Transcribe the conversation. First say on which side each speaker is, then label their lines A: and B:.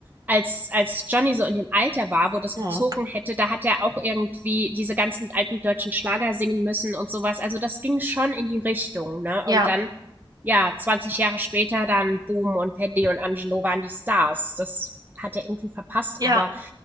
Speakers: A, on the right; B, on the right.
A: als als Johnny so in dem Alter war, wo das
B: Mhm.
A: gezogen hätte, da hat er auch irgendwie diese ganzen alten deutschen Schlager singen müssen und sowas. Also das ging schon in die Richtung, ne?
B: Ja.
A: Und dann, ja, 20 Jahre später dann Boom und Paddy und Angelo waren die Stars. Das hat er irgendwie verpasst,
B: Ja,
A: aber